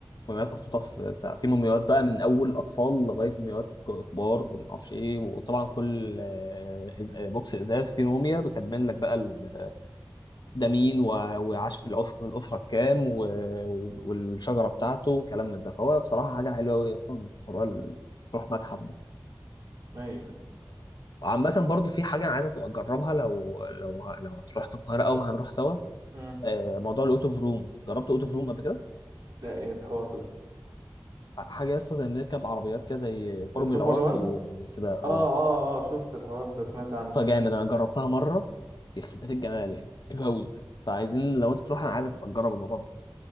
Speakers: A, on the left; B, on the right.
A: مومياوات محطوطة في بتاع في مومياوات بقى من أول أطفال لغاية مومياوات ك- كبار ومعرفش إيه وطبعا كل آه، إز- آه، بوكس إزاز فيه موميا بتكمل لك بقى ال- ده مين و- وعاش في العف- الأسرة الكام و- و- والشجرة بتاعته وكلام من ده فهو بصراحة حاجة حلوة أوي أصلا موضوع ال- تروح متحف ده
B: ايوه
A: وعامة برضو في حاجة أنا عايزة تبقى تجربها لو لو ه- لو هتروح القاهرة أو هنروح سوا
B: امم
A: آه، موضوع الأوت أوف روم جربت أوت أوف روم قبل كده؟
B: ده ايه الحوار ده
A: حاجة يا اسطى زي نركب عربيات كده زي فورمولا
B: الفورمولا
A: 1
B: 1
A: وسباق
B: اه
A: اه
B: اه اه شفت الحوار ده سمعت عنه
A: فجامد انا جربتها مره يخرب بيت الجمال يعني حلو قوي فعايزين لو انت تروح انا عايزك تبقى تجرب الموضوع ده